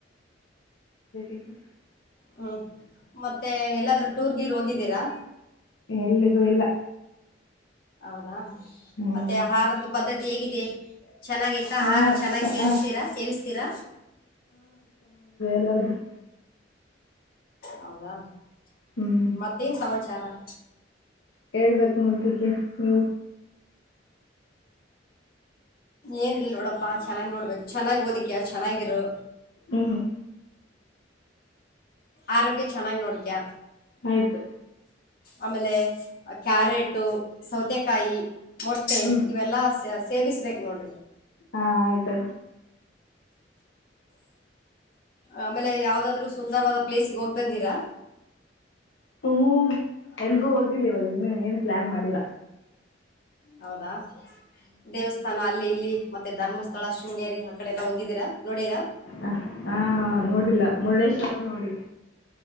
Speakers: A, on the left; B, on the left.
A: ಅ <unintelligible>
B: ಹ್ಮ್ ಮತ್ತೆ ಎಲ್ಲಾದರು ಟೂರ್ ಗಿರ್ ಹೋಗಿದ್ದೀರಾ
A: ಎಲ್ಲಿಗೂ ಇಲ್ಲ
B: ಹೌದಾ
A: ಹ್ಮ್
B: ಮತ್ತೆ ಆಹಾರದ್ದ ಪದ್ಧತಿ <unintelligible> ಹೇಗಿದೆ ಚೆನ್ನಾಗೈತ
A: ಹಾ
B: ಆಹಾರ ಚೆನ್ನಾಗಿ
A: ಚ-
B: ಸೇರಿಸ್ತೀರಾ
A: ಹಾ,
B: ಸೇವಿಸ್ತೀರ
A: ಅ <unintelligible>
B: ಹೌದಾ
A: ಹ್ಮ್
B: ಮತ್ತೇನ್ ಸಮಾಚಾರ <inaudible>
A: ಹೇಳ್ಬೇಕ ನೋಡ್ತಕ್ಕೆ ನೀ
B: ಏನ ಇಲ್ ನೋಡಪ್ಪಾ ಚೆನ್ನಾಗ್ ನೋಡ್ಬೇಕು ಚೆನ್ನಾಗ್ ಓದಿಕ್ಯ ಚೆನ್ನಾಗಿರು
A: ಹ್ಮ್
B: ಆರೋಗ್ಯ ಚೆನ್ನಾಗ್ ನೋಡ್ಕ್ಯ
A: ಆಯ್ತು
B: ಆಮೇಲೆ ಕ್ಯಾರೆಟು ಸೌ <unintelligible> <unintelligible> ಮೊಟ್ಟೆಕಾಯಿ ಮೊಟ್ಟೆ
A: ಹ್ಮ್
B: ಇವೆಲ್ಲಾ ಸೇವಿಸ್ಬೇಕು ನೋಡಿ
A: ಹಾ ಆಯ್ತ ಆಯ್ತು
B: ಆಮೇಲೆ ಯಾವ್ದಾದ್ರು ಸುಂದರವಾದ ಪ್ಲೇಸ್ಗೆ ಹೋಗ್ ಬಂದೀರಾ
A: ಹ ಎಲ್ಗೂ ಹೋಗಿಲ್ಲ ಇವಾಗ ಇನ್ನು ಏನ್ ಪ್ಲಾನ್ ಮಾಡಿಲ್ಲ
B: ಹೌದಾ ದೇವಸ್ಥಾನ ಅಲ್ಲಿ ಇಲ್ಲಿ ಮತ್ತೆ ಧರ್ಮಸ್ಥಳ ಶೃಂಗೇರಿ ಆ ಕಡೆಲ್ಲ ಹೋಗಿದ್ದೀರಾ ನೋಡೀರಾ
A: ಹ ಹಾ ನೋಡಿಲ್ಲ ಮುರುಡೇಶ್ವರ ನೋಡಿ